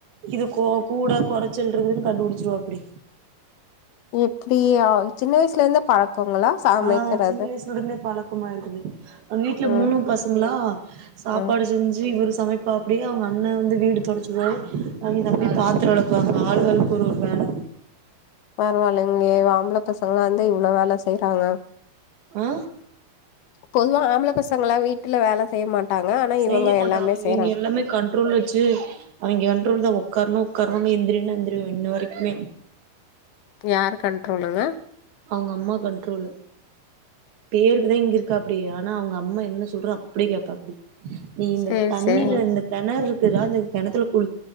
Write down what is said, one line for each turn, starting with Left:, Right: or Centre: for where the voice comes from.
Right: இதுகு கூட கொறச்சல் இருக்குனு கண்டுபுடிச்சிருவாப்டி
Left: எப்டி அ சின்ன <unintelligible> சமைக்கிறது
Right: ஆஹ் சின்ன வயசுல இருந்தே பழக்கமாய்ருக்குது அந்த வீட்ல
Left: ம்
Right: மூணும் பசங்களா சாப்பாடு
Left: ம்
Right: செஞ்சி இவுரு சமைப்பாப்டி அவுங்க அண்ணே வந்து வீடு தொடச்சுடுவாரு அவுங்க தம்பி பாத்ரோ வெளக்குவாங்க ஆளாளுக்கு ஒரு வேல
Left: பரவாயில்லைங்ளே ஆம்ள பசங்களா இருந்து இவ்ளோ வேல செய் வாங்க
Right: ஆ
Left: பொதுவா ஆம்ள பசங்களா வீட் இல்ல வேல செய்ய மாட்டாங்க ஆனா
Right: செய்ய
Left: இவங்க
Right: மாட்டாங்க
Left: எல்லாமே
Right: இவிங்க
Left: செய்யறாங்க
Right: எல்லாமே கண்ட்ரோல் வச்சு அவிங்க கண்ட்ரோல் தா ஒக்கார்ணா ஒக்கார்ணு எந்திரினா எந் கனும் இன்ன வரைக்குமே
Left: யாரு கண்ட்ரோலுங்க
Right: அவுங்க அம்மா கண்ட்ரோலு பேர்குதா இங்க இருக்காப்டி ஆனா அவுங்க அம்மா என்னா சொல்றோ அப்டியே கேப்பாப்டி நீ இந்த
Left: சேரி
Right: தண்ணில
Left: சேரிங்க
Right: இந்த தெனற் ற்குனா அந்த கெணத்துல குள்